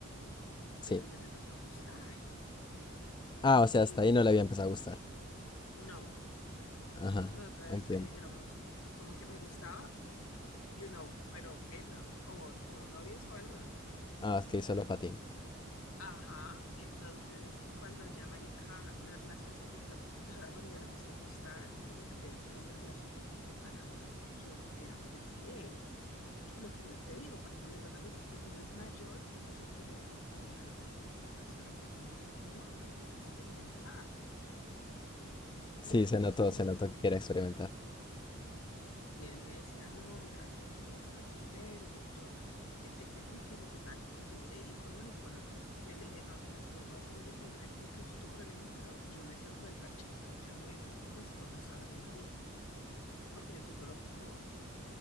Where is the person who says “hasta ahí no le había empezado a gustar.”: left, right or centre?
Left